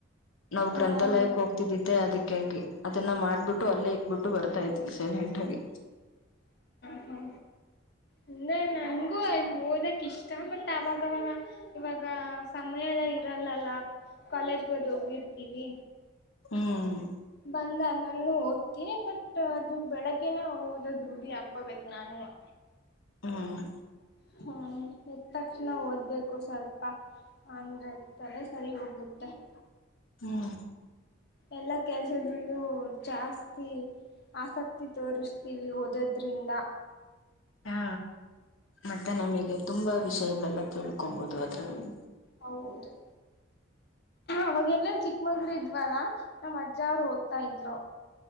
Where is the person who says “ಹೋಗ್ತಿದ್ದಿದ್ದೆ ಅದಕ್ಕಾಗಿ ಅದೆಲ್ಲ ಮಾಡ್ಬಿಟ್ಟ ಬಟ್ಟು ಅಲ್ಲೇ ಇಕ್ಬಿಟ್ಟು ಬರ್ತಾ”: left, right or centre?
Left